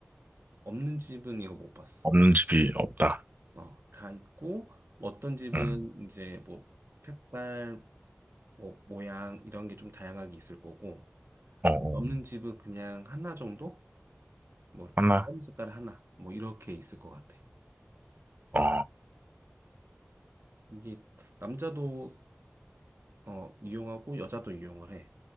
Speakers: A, on the right; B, on the right.
A: 없는 집은 이거 못 봤어.
B: 없는 집이 없다.
A: 어, 다 있고, 뭐 어떤 집은
B: 음,
A: 이제 뭐 색깔, 뭐 모양 이런 게 좀 다양하게 있을 거고,
B: 어, 어,
A: 없는 집은 그냥 하나 정도? 뭐 이렇게
B: 하나?
A: 껌 색깔 하나 뭐 이렇게 있을 것 같아.
B: 어,
A: 이게 남자도 어 이용하고 여자도 이용을 해.